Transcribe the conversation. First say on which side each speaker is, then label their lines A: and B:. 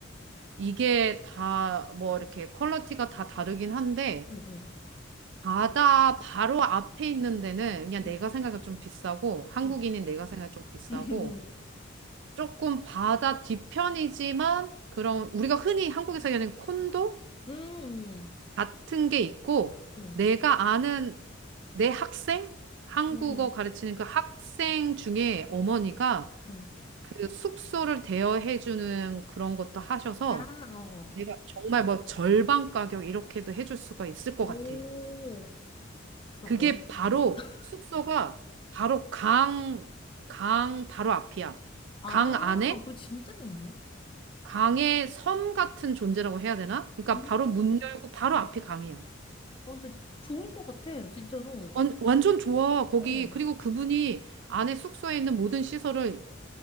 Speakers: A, on the right; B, on the left.
A: 이게 다 뭐 이렇게 퀄리티가 다 다르긴 한데
B: 응, 응,
A: 바다 바로 앞에 있는 데는 그냥 내가
B: 응,
A: 생각해 좀 비싸고 한국인인
B: 응,
A: 내가 생각해 좀 비싸고
B: 응, <laughs>
A: 조금 바다 뒤편이지만 그런 우리가 흔히 한국에서 얘기하는 콘도?
B: 응,
A: 같은 게 있고,
B: 응,
A: 내가 아는 내 학생? 한국어
B: 응, 응,
A: 가르치는 그 학생 중에 어머니가
B: 응.
A: 그 숙소를 대여해 주는 그런 것도 하셔서
B: 아, 어.
A: 내가 정말 뭐 절반 가격 이렇게도 해줄 수가 있을 것
B: 오,
A: 같아.
B: 그래서
A: 그게
B: 얼마.
A: 바로
B: <laughs>
A: 숙소가 바로 강, 강 바로 앞이야.
B: 아,
A: 강 안에
B: 그거 진짜 좋네.
A: 강의 섬 같은 존재라고 해야 되나? 그러니까
B: 음.
A: 바로 문 열고 바로 앞이 강이야.
B: 어, 근데 좋을 것 같아, 진짜로.
A: 완, 완전 좋아, 거기.
B: 어,
A: 그리고 그분이 안에 숙소에 있는 모든 시설을